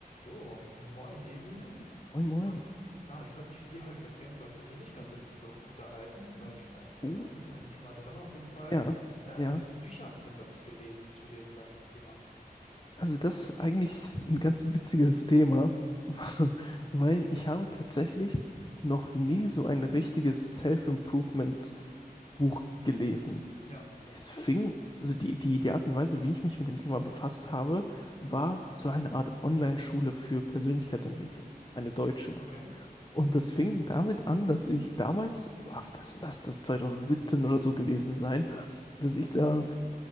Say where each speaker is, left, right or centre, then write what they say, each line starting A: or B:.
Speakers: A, on the left (about 45°); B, on the left (about 30°).
A: So, moin Emil.
B: Moin,
A: Ich
B: moin.
A: wollt, genau, ich wollte mich mit dir heute ganz gerne über Persönlichkeitsentwicklung unterhalten, weil ich weiß, du bist
B: Oh
A: auch ein bisschen im Thema drin auf jeden Fall.
B: ja,
A: Ähm,
B: ja.
A: was für Bücher hast du denn dazu gelesen zu dem ganzen Thema?
B: Also das ist eigentlich ein ganz witziges Thema, <laughs> weil ich habe tatsächlich noch nie so ein richtiges Self-Improvement-Buch
A: Hm.
B: gelesen.
A: Ja,
B: Es fing, also die, die, die Art und Weise, wie ich mich mit dem Thema befasst habe, war so eine Art Online-Schule für Persönlichkeitsentwicklung, eine deutsche.
A: okay.
B: Und das fing damit an, dass ich damals, boah, das lass das 2017 oder so gewesen sein, dass ich da